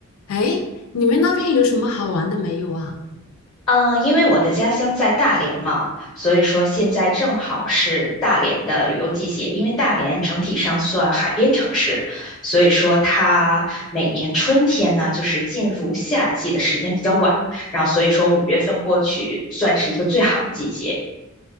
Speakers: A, on the left; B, on the left.
A: 哎，你们那边有什么好玩的没有啊？
B: 嗯，因为我的家乡在大连嘛，所以说现在正好是大连的旅游季节。因为大连整体上算海边城市，所以说它每年春天呢，就是进入夏季的时间比较晚，然后所以说五月份过去算是一个最好的季节。